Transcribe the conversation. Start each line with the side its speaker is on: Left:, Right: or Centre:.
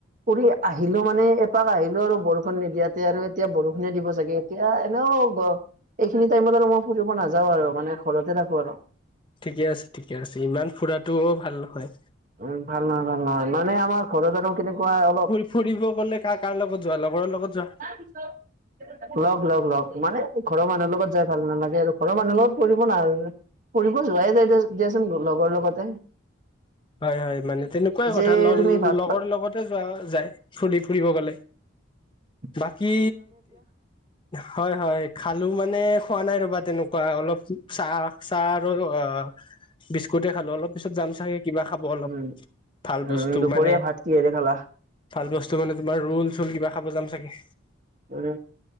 Right: ফুৰি আহিলোঁ মানে, এপাক আহিলোঁ আৰু বৰষুণ নিদিয়াতে আৰু, এতিয়া বৰষুণে দিব চাগৈ। এতিয়া এনেও গ সিখিনি টাইমত আৰু মই ফুৰিব নাযাওঁ আৰু, মানে ঘৰতেই থাকো আৰু।
Left: ঠিকেই আছে, ঠিকেই আছে, ইমান ফুৰাটোও ভাল নহয়।
Right: উম, ভাল নহয় ভাল নহয়, মানে আমাৰ ঘৰত আৰু কেনেকুৱা অলপ
Left: ফুৰিব গ'লে কাৰ কাৰ লগত যোৱা? লগৰৰ লগত যোৱা?
Right: <unintelligible> লগ লগ লগ, মানে ঘৰৰ মানুহৰ লগত যাই ভাল নালাগে আৰু, ঘৰৰ মানুহৰ লগত ফুৰিব নাযাও। ফুৰিব যোৱাই যায় দিয়াচোন, লগৰ লগতেই।
Left: হয় হয়, মানে তেনেকুৱাই
Right: যে
Left: কথা,
Right: তুমি ভাত
Left: লগৰ লগতে যোৱা যায়, ফুৰি ফুৰিব গ'লে।
Right: উ।
Left: বাকী হয় হয়, খালোঁ মানে খোৱা নাই ৰ'বা তেনেকুৱা, অলপ চাহ চাহ আৰু অ' বিস্কুটেই খালোঁ, অলপ পিছত যাম চাগৈ। কিবা খাব অলপ,
Right: উম
Left: ভাল
Right: উম
Left: বস্তু
Right: দুপৰীয়া
Left: মানে
Right: ভাত কিহেৰে খালা
Left: ভাল বস্তু মানে, তোমাৰ ৰোল চোল কিবা খাব যাম চাগে।
Right: উম।